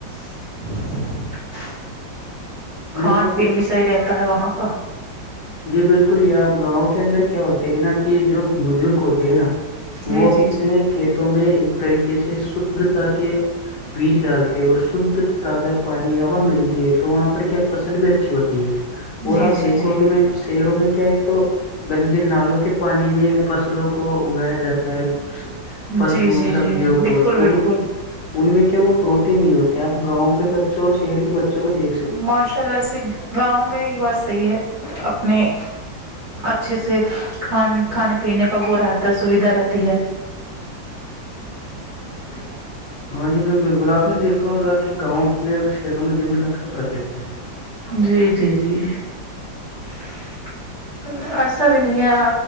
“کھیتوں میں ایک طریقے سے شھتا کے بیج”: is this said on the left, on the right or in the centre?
Left